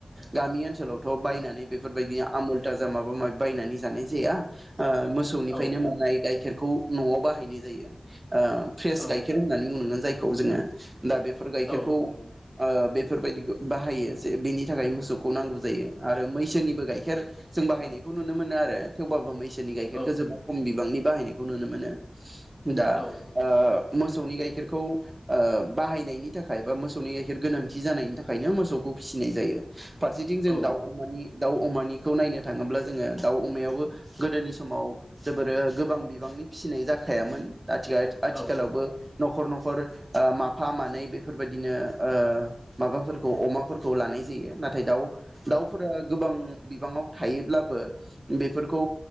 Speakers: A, on the right; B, in the centre.
A: गामि ओन सोलावथ' बायनानै बेफोरबायदि आमुल थाजा माबा माबि बायनानै जानाय जाया। ओ मोसौनिफ्रायनो
B: नोंथां
A: मोननाय गाइखेरखौ न'आव बाहायनाय जायो। ओ फ्रेस
B: औ
A: गाइखेर होननानै बुंनांगोन जायखौ जोङो दा बेफोर गाइखेरखौ
B: औ
A: ओ
B: नंगौ
A: बे बेफोरबायदिखो बाहायो जे बेनि थाखाय मोसौखौ नांगौ जायो आरो मैसोनिबो गाइखेर जों बाहायनायखौ नुनो मोनो आरो थेवबाबो मैसो नि गाइखेरखो
B: औ
A: जोबोद खम बिबांनि बाहायनायखौ नुनो मोनो। दा
B: औ नोंथां
A: ओ मोसौनि गाइखेरखौ ओ बाहायनायनि थाखाय बा मोसौनि गाइखेर गोनांथि इदि जानायनि थाखायनो मोसौखौ फिसिनाय जायो। फारसेथिं जों
B: औ
A: दाउ अमानि दाउ अमानि खौ नायनो थाङोब्ला जोङो दाउ अमायावाबो गोदोनि समाव जोबोरो गोबां बिबांनि फिसिनाय जाखा थायामोन दा आथिगा आथिखालावबो
B: औ
A: न'खर न'खर न'खर ओ माफा मानै बेफोरबायदिनो ओ माबाफोरखौ अमाफोरखौ लानाय जायो नाथाय दाउ दाउफोरा गोबां बिबाङाव थायोब्लाबो बेफोरखौ